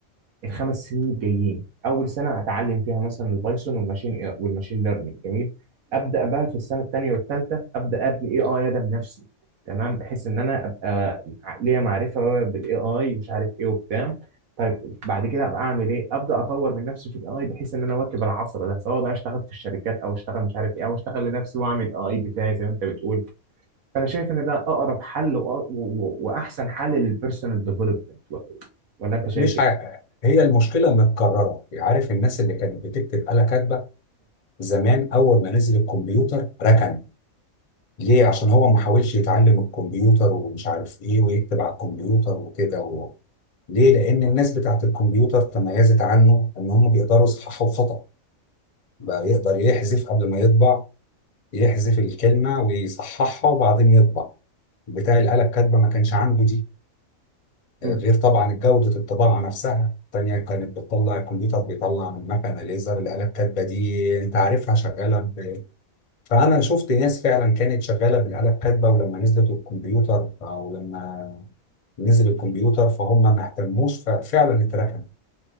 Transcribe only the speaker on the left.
مش
ع... هي المشكله متكرره عارف الناس اللي كانت بتكتب آلة كاتبه زمان اول ما نزل الكمبيوتر ركن ليه عشان هو ما حاولش يتعلم الكمبيوتر ومش عارف ايه ويكتب على الكمبيوتر وكده و... ليه لان الناس بتاعت الكمبيوتر تميزت عنه ان هم بيقدروا يصححوا خطأ بقى يقدر يحذف قبل ما يطبع يحذف الكلمة ويصححها وبعدين يطبع بتاع الآلة الكاتبة ما كانش عنده دي
غير طبعا جودة الطباعة نفسها التانية كانت بتطلع الكمبيوتر بيطلع من مكنة ليزر الآلة الكاتبة دي أنت عارفها شغالة ب... فأنا شفت ناس فعلا كانت شغالة بالآلة الكاتبة ولما نزلت الكمبيوتر أو لما نزل الكمبيوتر فهم ما اهتموش ففعلا اتركن